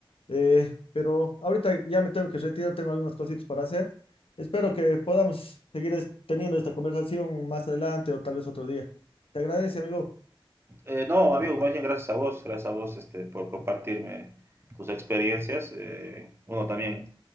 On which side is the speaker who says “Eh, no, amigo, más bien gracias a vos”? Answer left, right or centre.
Right